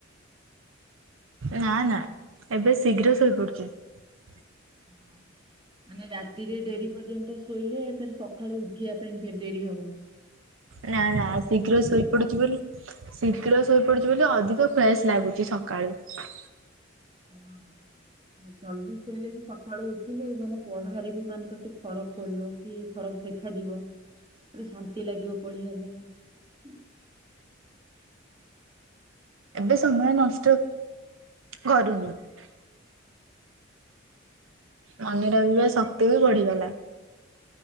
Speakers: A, on the right; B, on the right.
A: ନା ନା ଏବେ ଶୀଘ୍ର ଶୋଇପଡୁଛି ।
B: ହଁ ମାନେ ରାତିରେ ଡେରି ପର୍ଯ୍ୟନ୍ତ ଶୋଇଲେ ସେଠି ସକାଳୁ ଉଠିବା ପାଇଁ ଫେର୍ ଡେରି ହବ ।
A: ନା ନା ଶୀଘ୍ର ଶୋଇପଡୁଛି ବୋଲି ଶୀଘ୍ର ଶୋଇପଡୁଛି ଅଧିକ ଫ୍ରେସ୍ ଲାଗୁଛି ସକାଳୁ ।
B: ହଁ, ଜଲଦି ଶୋଇଲେ ବି ସକାଳୁ ଉଠିଲେ ମାନେ ପଢାରେ ବି ମାନେ ତତେ ଫରକ ପଡିବ କି ଦେଖାଯିବ ଶାନ୍ତି ଲାଗିବ ପଢିବା ପାଇଁ ।
A: ଏବେ ସମୟ ନଷ୍ଟ କରୁନି । ମନେ
B: ଭଲ
A: ରହିବା ଶକ୍ତିବି ବଢିଗଲା ।